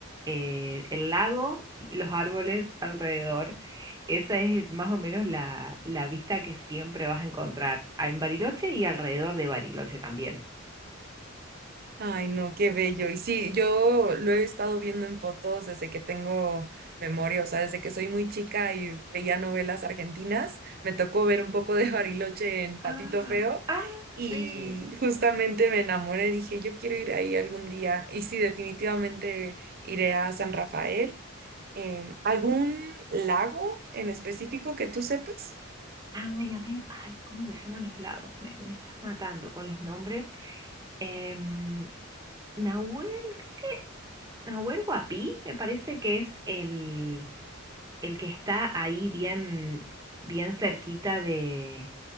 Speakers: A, on the right; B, on the right.
A: eh, el lago y los árboles alrededor. Esa es más o menos la, la vista que siempre vas a encontrar en Bariloche y alrededor de Bariloche también.
B: Ay, no, qué bello. Y sí, yo lo he estado viendo en fotos desde que tengo memoria, o sea, desde que soy muy chica y veía novelas argentinas, me tocó ver un poco de <laughs> Bariloche en Patito
A: Ah,
B: Feo
A: ah,
B: y
A: sí.
B: justamente me enamoré, dije, yo quiero ir ahí algún día. Y sí, definitivamente iré a San Rafael. Em, ¿algún lago en específico que tú sepas?
A: Ay, a ver, ay, ¿cómo se llaman los lagos? Me, me estás matando con los nombres. Em, Nahuel, creo que- Nahuel Huapi, me parece que es el, el que está ahí bien, bien cerquita de,